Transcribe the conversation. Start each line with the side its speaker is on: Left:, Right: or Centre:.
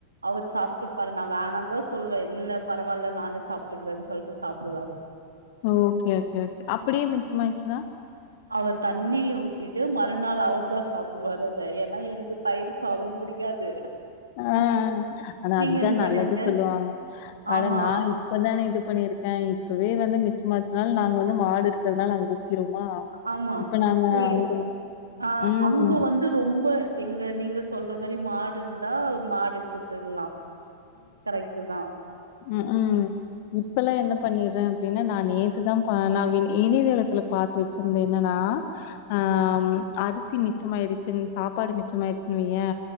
Right: அவரு சாப்ட்டுப்பாரு நா வேணான்தா சொல்லுவே இல்ல பரவால்ல நானே சாப்ட்டுக்குறேன் சொல்ட்டு சாப்டுவாரு
Left: ஓகே ஓகே ஓகே அப்டியே மிச்சமாய்ருச்சுனா
Right: அவர் தண்ணி ஊத்திட்டு மறுநாள் அவர்தா சாப்டுவாரு அத ஏனா எனக்கு தயிர் சாத புடிக்காது
Left: ஆ ஆனா
Right: நீங்க
Left: அதுதா
Right: என்ன
Left: நல்லது
Right: பண்ணுவீங்க
Left: சொல்லுவாங்க ஆனா
Right: ஆமா
Left: நா இப் இப்பதான இது பண்ணிருக்கே இப்பவே வந்து மிச்சமாச்சுனாலு நாங்க வந்து மாடு இருக்கறதுனால அங்க ஊத்திருவோமா
Right: ஆமா
Left: இப்ப நாங்க
Right: நீயு
Left: அங்க
Right: ஆ
Left: ம்,
Right: அங்க வந்து ரொம்ப எங்க நீங்க சொல்ற மாரி மாடு இருந்தா மாடுக்கு ஊத்திர்லா கரெக்ட்டு தா
Left: ம் ம் இப்பலா என்ன பண்ணிட்றே அப்டினா நா நேத்துதா பாலாவின் இணையதளத்துல பாத் த்து வச்சிருந்தே என்னன்னா ஆ அரிசி மிச்சமாயிடுச்சுன் சாப்பாடு மிச்சமாயிடுச்சுன் வையே